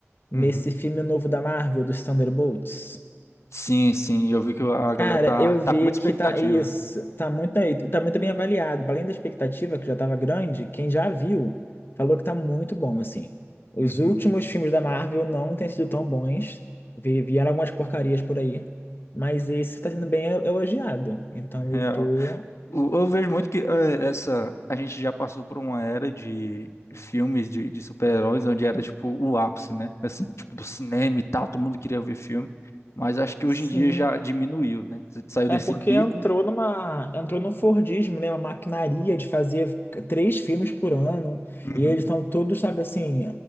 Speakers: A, on the left; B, on the left.
A: nesse
B: Uhum.
A: filme novo da Marvel, dos Thunderbolts.
B: Sim, sim, eu vi que a galera
A: Cara,
B: tá,
A: eu
B: tá
A: vi
B: com muita
A: que
B: expectativa,
A: tá isso,
B: né?
A: tá muito, tá muito bem avaliado. Além da expectativa, que já estava grande, quem já viu falou que tá muito bom, assim. Os
B: Uhum.
A: últimos filmes da Marvel não têm sido tão bons. Vi- Vieram algumas porcarias por aí. Mas esse tá sendo bem elogiado. Então
B: <laughs>
A: eu tô.
B: Eu eu vejo muito que eh, essa a gente já passou por uma era de filmes de, de super-heróis onde era tipo o ápice, né? Assim, tipo do cinema e tal, todo mundo queria ver filme, mas acho que hoje
A: Sim,
B: em dia já diminuiu, né? Você Saiu
A: É
B: desse
A: porque
B: pico.
A: entrou numa, entrou no Fordismo, né? Uma maquinaria de fazer três filmes por ano.
B: Uhum.
A: E eles estão todos, sabe, assim.